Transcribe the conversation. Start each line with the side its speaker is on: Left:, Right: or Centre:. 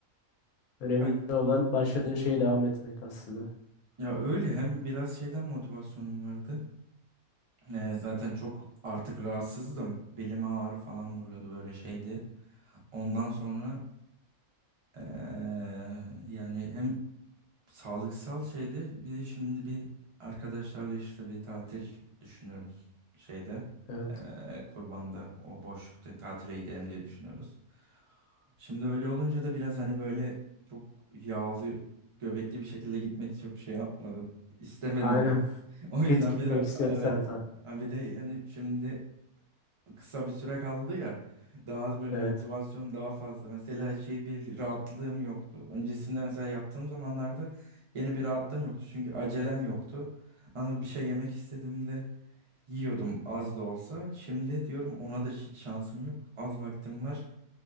Left: Önemli
Right: Ya,
Left: olan başladığın şeye devam etmek aslında.
Right: ya öyle hem biraz şeyden motivasyonum vardı. Ee, zaten çok artık rahatsızdım. Belime ağrı falan vuruyordu böyle şeydi. Ondan sonra ee, yani hem Sağlıksal şeyde bir de şimdi bir arkadaşlarla işte bir tatil düşünüyoruz şeyde.
Left: Evet.
Right: eee, Kurban'da o boşlukta tatile gidelim diye düşünüyoruz. Şimdi öyle olunca da biraz hani böyle çok yağlı göbekli bir şekilde gitmek çok şey yapmadım. İstemedi
Left: Aynen.
Right: canım. <laughs> O
Left: Fit
Right: yüzden
Left: gitmek
Right: bir de
Left: istiyorsan
Right: evet.
Left: tabii.
Right: Ha Bir de yani şimdi kısa bir süre kaldı ya. Daha da böyle
Left: Evet.
Right: motivasyon daha fazla. Mesela şey bir rahatlığım yoktu. Öncesinde mesela yaptığım zamanlarda yine bir rahatlığım yoktu. Çünkü acelem yoktu. Ama bir şey yemek istediğimde yiyordum az da olsa. Şimdi diyorum ona da hiç şansım yok. Az vaktim var.